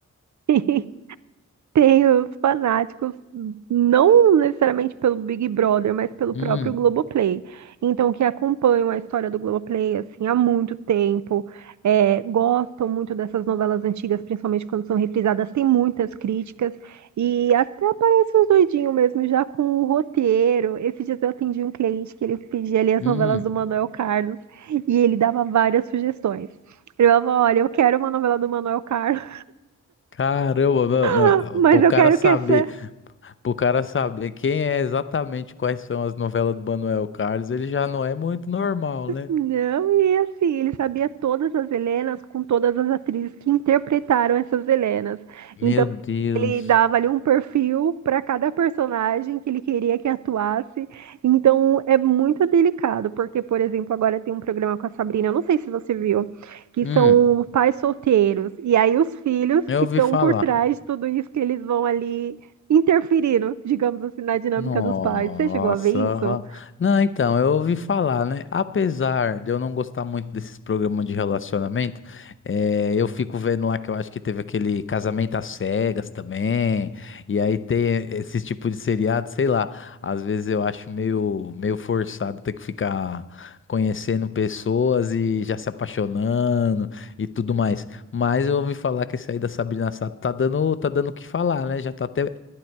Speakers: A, on the right (about 60°); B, on the left (about 40°).
A: E <laughs> Tem os fanáticos, não necessariamente pelo Big Brother, mas pelo próprio
B: Hum.
A: Globoplay. Então, que acompanham a história do Globoplay, assim, há muito tempo, é, gostam muito dessas novelas antigas, principalmente quando são reprisadas, tem muitas críticas, e até aparece uns doidinhos mesmo, já com o roteiro. Esses dias eu atendi um cliente que ele pedia ali as
B: Hum,
A: novelas do Manuel Carlos, e ele dava várias sugestões. Ele falava, olha, eu quero uma novela do Manuel Carlos,
B: caramba, não,
A: <laughs>
B: não,
A: mas
B: para o
A: eu
B: cara
A: quero
B: saber,
A: que essa
B: para o cara saber quem é exatamente quais são as novelas do Manuel Carlos, ele já não é muito normal, né?
A: Não, e assim, ele sabia todas as Helenas com todas as atrizes que interpretaram essas Helenas.
B: Meu
A: Então,
B: Deus.
A: ele dava ali um perfil para cada personagem que ele queria que atuasse. Então, é muito delicado, porque, por exemplo, agora tem um programa com a Sabrina, eu não sei se você viu, que
B: Hum,
A: são pais solteiros. E aí, os filhos
B: eu
A: que
B: ouvi
A: estão
B: falar.
A: por trás de tudo isso, que eles vão ali interferindo, digamos assim, na dinâmica
B: Nossa.
A: dos pais. Você chegou a ver isso?
B: Não, então, eu ouvi falar, né? Apesar de eu não gostar muito desses programas de relacionamento, eh, eu fico vendo lá que eu acho que teve aquele Casamento às Cegas também, e aí tem esse tipo de seriado, sei lá. Às vezes eu acho meio, meio forçado ter que ficar conhecendo pessoas e já se apaixonando e tudo mais. Mas eu ouvi falar que esse aí da Sabrina Sato tá dando, tá dando o que falar, né? Já tá até